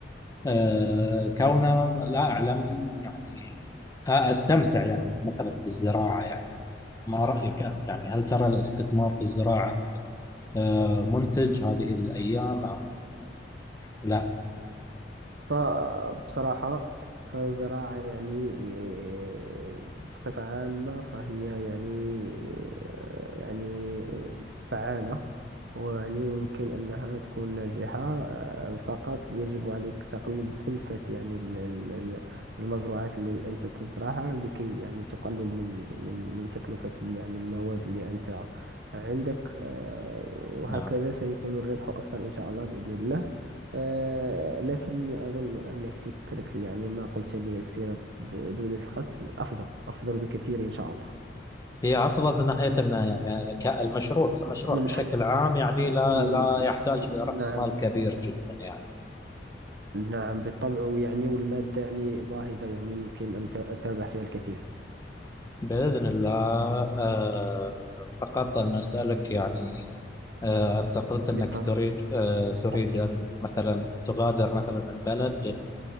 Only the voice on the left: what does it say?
آه، كونه لا أعلم يعني أستمتع يعني مثلا في الزراعة يعني ما رأيك أنت يعني هل ترى الاستثمار في الزراعة آه، منتج هذه الأيام أم لا؟
نعم.
هي أفضل من ناحية أن يعني ك- المشروع كمشروع
بشكل
عام يعني لا
لا يحتاج
لرأس
مال كبير جدا يعني
بإذن الله آه، فقط أنا أسألك يعني آه، أنت قلت أنك
تريد آه،
تريد أن مثلا تغادر مثلا البلد